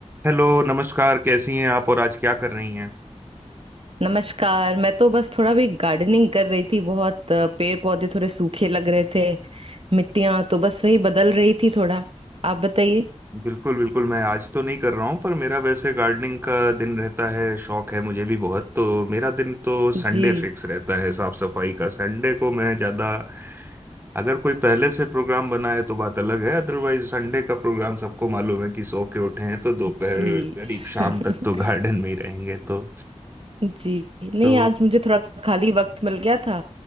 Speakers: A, on the right; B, on the right.
A: Hello नमस्कार कैसी हैं आप और आज क्या कर रही हैं
B: नमस्कार मैं तो बस थोड़ा भी गार्डनिंग कर रही थी बहुत अ, पेड़ पौधे थोड़े सूखे लग रहे थे मिट्टियां तो बस वही बदल रही थी थोड़ा आप बताइए
A: बिल्कुल बिल्कुल मैं आज तो नहीं कर रहा हूँ पर मेरा वैसे गार्डनिंग का दिन रहता है शौक है मुझे भी बहुत तो मेरा दिन तो
B: जी
A: संडे फिक्स रहता है साफ सफाई का संडे को मैं ज़्यादा अगर कोई पहले से प्रोग्राम बना है तो बात अलग है अदरवाइज संडे का प्रोग्राम सबको मालूम है कि सो के उठे हैं तो दोपहर
B: जी
A: करीब शाम
B: <laughs>
A: तक तो गार्डन में ही रहेंगे तो
B: जी नहीं
A: तो
B: आज मुझे थोड़ा खाली वक्त मिल गया था